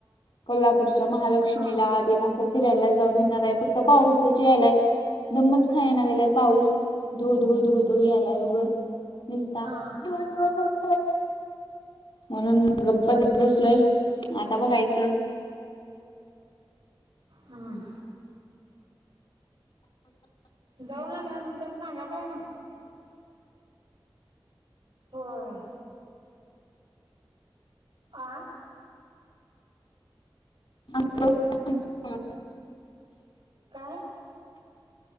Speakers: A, on the left; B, on the right.
A: को्हाप नागपूरच्या महालक्ष्मीला
B: हा
A: आ दिन असं फिरायला जाऊन येणार आहे फक्त पाऊसाची यायलाय दमच खाय ना गेलाय पाऊस धो धो धो धो यालाय उगं दिसता
B: हा
A: हो हो म्हणून गप्पा बसलोय आता बघायचं बसं
B: हम जाऊन आल्यानंतर सांगा काय मग गण होय आठ
A: ह
B: काय